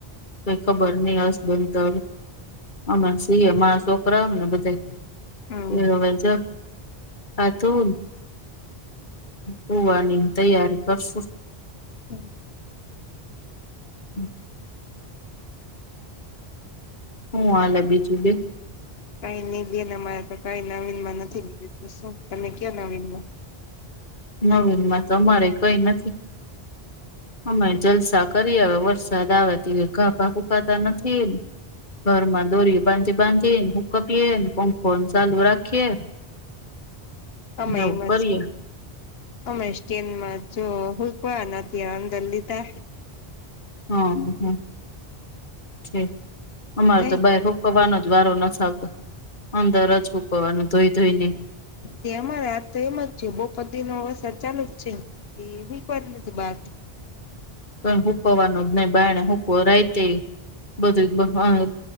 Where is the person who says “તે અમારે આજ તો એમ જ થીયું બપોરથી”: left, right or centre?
Left